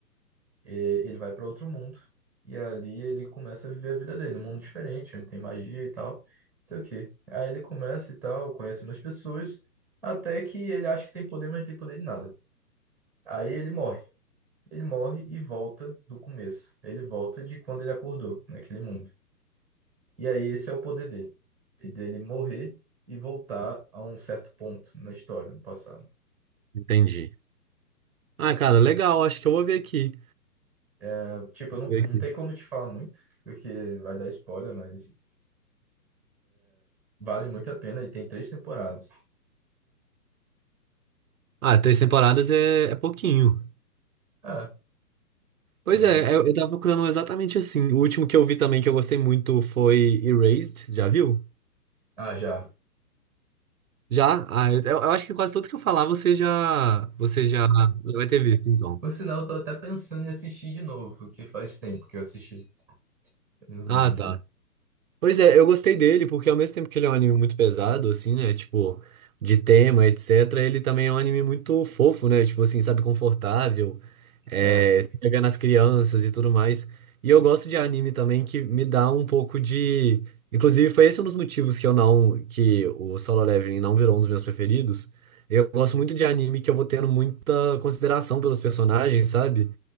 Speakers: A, in the centre; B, on the right.
A: E ele vai para outro mundo. E ali ele começa a viver a vida dele, num mundo diferente, onde tem magia e tal. Não sei o quê. Aí ele começa e tal, conhece umas pessoas, até que ele acha que tem poder, mas não tem poder de nada. Aí ele morre. Ele morre e volta do começo. Ele volta de quando ele acordou, naquele mundo. E aí esse é o poder dele. E dele morrer e voltar a um certo ponto na história, no passado.
B: entendi. Ah, cara, legal, acho que eu vou ver aqui.
A: É, Tipo, eu não,
B: Ver aqui.
A: não tem como te falar muito, porque vai dar spoiler, mas vale muito a pena e tem três temporadas.
B: Ah, três temporadas é, é pouquinho.
A: Ah,
B: Pois
A: aham.
B: é, eu, eu tava procurando um exatamente assim. O último que eu vi também que eu gostei muito foi Erased, já viu?
A: Ah, já.
B: Já? Ah, eu, eu acho que quase todos que eu falar você já, você já, já vai ter visto, então.
A: Por sinal, eu tô até pensando em assistir de novo, porque faz tempo que eu assisti. Tem uns
B: Ah,
A: anos
B: tá.
A: já.
B: Pois é, eu gostei dele porque ao mesmo tempo que ele é um anime muito pesado, assim, né? Tipo, de tema, etc., ele também é um anime muito fofo, né? Tipo assim, sabe, confortável. é,
A: É.
B: se pegar nas crianças e tudo mais. E eu gosto de anime também que me dá um pouco de. Inclusive, foi esse um dos motivos que eu não. que o Solo Leveling não virou um dos meus preferidos. Eu gosto muito de anime que eu vou tendo muita consideração pelos personagens, sabe?